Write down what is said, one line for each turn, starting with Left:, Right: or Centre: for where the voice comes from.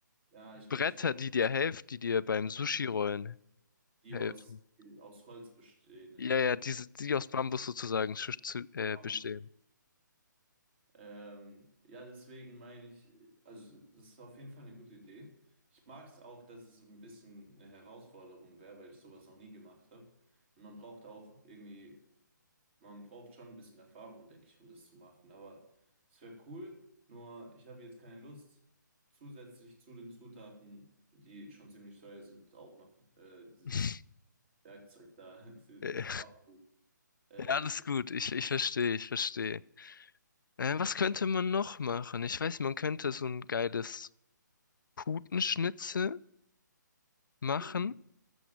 Right: Ja, ich,
Left: Bretter,
Right: gl- ich glaube,
Left: die dir helfen, die dir beim Sushi rollen
Right: die
Left: helfen.
Right: aus, aus Holz bestehen irgendwie.
Left: Ja, ja, diese, die aus Bambus sozusagen zu, zu, äh,
Right: Auf Armut.
Left: bestehen.
Right: Ähm, ja, deswegen meine ich, also das ist auf jeden Fall eine gute Idee. Ich mag es auch, dass es ein bisschen eine Herausforderung wäre, weil ich sowas noch nie gemacht habe. Und man braucht auch irgendwie, man braucht schon ein bisschen Erfahrung, denke ich, um das zu machen. Aber es wäre cool, nur ich habe jetzt keine Lust, zusätzlich zu den Zutaten, die schon ziemlich teuer sind, auch noch äh, dieses
Left: <laughs>
Right: Werkzeug da, <laughs> dieses
Left: Äh,
Right: Bamboo, äh,
Left: Ja, Alles gut, ich, ich verstehe, ich verstehe. Äh, was könnte man noch machen? Ich weiß, man könnte so ein geiles Putenschnitzel machen.
Right: Puten,